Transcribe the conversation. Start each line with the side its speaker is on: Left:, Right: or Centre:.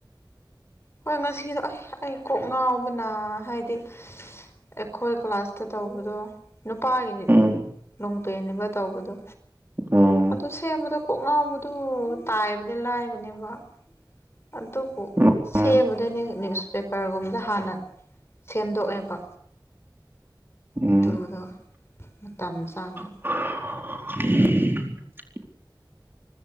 Left: ꯍꯣꯏ ꯉꯁꯤꯗꯣ ꯑꯁ ꯑꯩ ꯀꯣꯛ ꯉꯥꯎꯕꯅ ꯍꯥꯏꯗꯤ ꯑꯩꯈꯣꯏ ꯀ꯭ꯂꯥꯁꯇ ꯇꯧꯕꯗꯣ ꯅꯨꯄꯥꯒꯤꯗꯤ
Right: ꯎꯝ
Left: ꯅꯨꯡꯇꯤꯅꯦꯕ ꯇꯧꯕꯗꯣ
Right: ꯑꯣ
Left: ꯑꯗꯨ ꯁꯦꯝꯕꯗꯣ ꯀꯣꯛ ꯉꯥꯎꯕꯗꯣ ꯇꯥꯏꯕꯗꯤ ꯂꯥꯏꯕꯅꯦꯕ ꯑꯗꯨꯕꯨ
Right: ꯑꯣ
Left: ꯁꯦꯝꯕꯗꯨꯅꯦ ꯅ꯭ꯌꯨꯁ ꯄꯦꯄꯔꯒꯨꯝꯕꯗ ꯍꯥꯟꯅ ꯁꯦꯝꯗꯣꯛꯑꯦꯕ
Right: ꯎꯝ
Left: ꯑꯗꯨꯗꯣ ꯃꯇꯝ ꯆꯡꯉꯦ
Right: <inaudible>